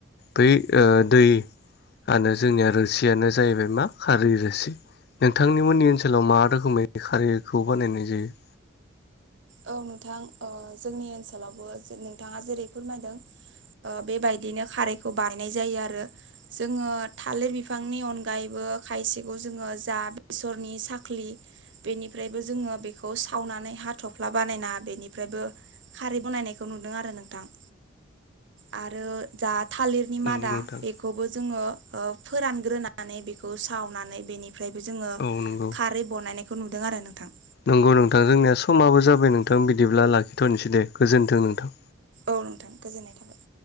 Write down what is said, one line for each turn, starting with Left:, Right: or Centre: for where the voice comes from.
Left: बै ओ दै आरो जोंनिया रोसियानो जाहैबाय मा खारै रोसि। नोंथांनि मोननि ओन सोलाव मा रोखोमै खारिखौ बानायनाय जायो?
Right: औ नोंथां ओ जोंनि ओनसोलावबो नोंथाङा जेरै फोरमायदों ओ बेबायदिनो खारैखौ बानायनाय जायो आरो जोङो थालिर बिफांनि अनगायैबो खायसेखौ जोङो जा बेसरनि साख्लि बेनिफ्रायबो जोङो बेखौ सावनानै हा- थफ्ला बानायना बेनिफ्रायबो खारै बानायनायखौ नुदों आरो नोंथां। आरो जा थालिरनि मादा
Left: नंगौ नोंथां
Right: बेखौ- बो जोङो ओ फोरानग्रोनानै बेखौ सावनानै बेनि- ओमफ्रायबो जोङो
Left: औ नंगौ
Right: खारै बनायनायखौ नुदों आरो नोंथां।
Left: नंगौ नोंथां जोंनिया समाबो जाबाय नोंथां बिदिब्ला लाखिथ'नोसै दे गोजोन्थों नोंथां।
Right: औ नोंथां गोजोननाय थाबाय।